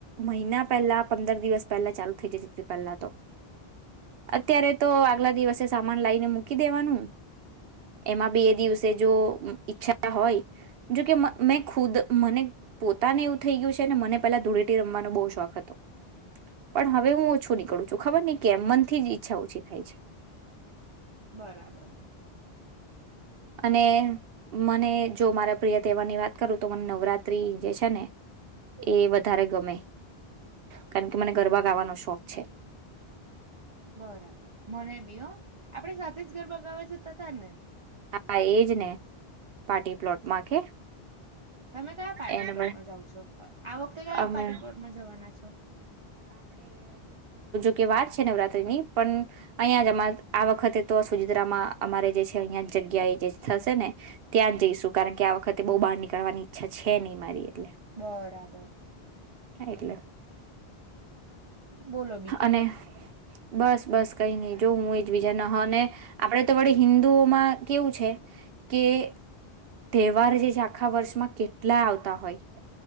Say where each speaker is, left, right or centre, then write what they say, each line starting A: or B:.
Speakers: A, on the right; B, on the right.
A: મહિના પહેલા, પંદર દિવસ પહેલા ચાલુ થઈ જતી તી પેલા તો અત્યારે તો આગલા દિવસે સામાન લઈને મૂકી દેવાનું એમાં બીએ દિવસે જો અમ્મ ઈચ્છા હોય જોકે મ મેં ખુદ મને પોતાને એવું થઈ ગયું છે મને પેલા ધૂળેટી રમવાનો બહ શોખ હતો. પણ હવે હું ઓછું નીકળું છું ખબર ન કે મનથીજ ઇક છા ઓછી થાય છે.
B: બરાબર
A: અને મને જો મારા પ્રિય તહેવાર ની વાત કરું તો મને નવરાત્રી જે છે ને એ વધારે ગમે, કારણ કે મને ગરબા ગાવાનો શોખ છે.
B: બરાબર મને બી હો. આપડે સાથે જ ગરબા ગાવા જતા તાને.
A: હા એજ ને પાર્ટી પ્લોટ માં કે.
B: તમે કયા પાર્ટી
A: એને
B: પ્લોટમાં જાવ છો? અહ આ વખતે કયા
A: અમે
B: પાર્ટી પ્લોટમાં જવાના છો?
A: કે વાર છે નવરાત્રી ની પણ અહિયાં જ માલ આ વખતે તો સુજિત્રામાં અમારે જે છે અહિયાં જ જગ્યા એ જે થશે ને ત્યાં જઈશું કારણ કે આ વખતે બહુ બહાર નીકળવાની ઈચ્છા છે નહીં મારી એટલે.
B: બરાબર.
A: એટલે
B: બોલો બીજું
A: અને
B: કઈ?
A: બસ બસ કઈ નહી જો હું એજ બીજા ન હ અને આપડે તો વડી હિન્દુઓમાં કેવું છે કે તહેવાર જે છે આખા વર્ષમાં કેટલા આવતા હોય.